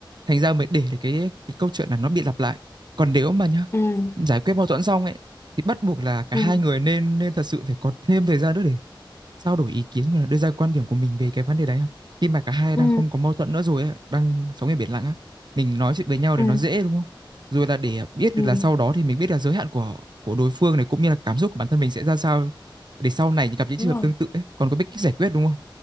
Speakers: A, on the right (about 60°); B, on the left (about 30°).
A: Thành ra mới để cái cái câu chuyện là nó bị lặp lại. Còn nếu mà nhá,
B: ừ
A: giải quyết mâu thuẫn xong ấy thì bắt buộc là cả
B: ừ
A: hai người nên nên thật sự phải có thêm thời gian nữa để trao đổi ý kiến hoặc là đưa ra quan điểm của mình về cái vấn đề đấy ha. Khi mà cả hai
B: ừ
A: đang không có mâu thuẫn nữa rồi ấy, đang sống ở biển lặng á, mình nói chuyện với nhau
B: ừ
A: để nó dễ đúng không? Rồi là để biết
B: ừ
A: được là sau đó thì mình biết là giới hạn của của đối phương này cũng như là cảm xúc của bản thân mình sẽ ra sao để sau này gặp những
B: đúng
A: trường hợp
B: rồi
A: tương tự ấy còn có biết cách giải quyết đúng không?